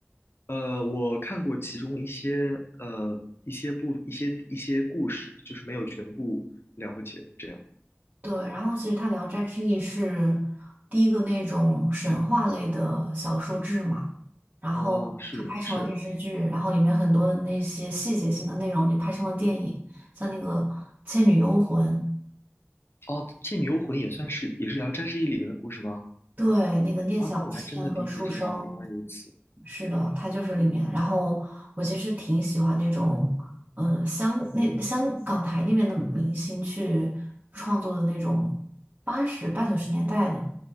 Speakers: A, on the left; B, on the right.
A: 呃，我看过其中一些，呃，一些部，一些一些故事，就是没有全部了解，这样。
B: 对，然后其实它《聊斋志异》是第一个那种神话类的小说志嘛，然后它拍成了电视剧，
A: 哦，是是，
B: 然后里面很多的那些细节性的内容也拍成了电影，像那个《倩女幽魂》。
A: 哦，《倩女幽魂》也算是也是《聊斋志异》里面的故事吗？
B: 对，那个聂小倩和书生，
A: 啊，那我还真的第一次知道啊，原来如此。
B: 是的，他就是里面。然后我其实挺喜欢那种，嗯，香那香港台那边的明星去创作的那种八十八九十年代的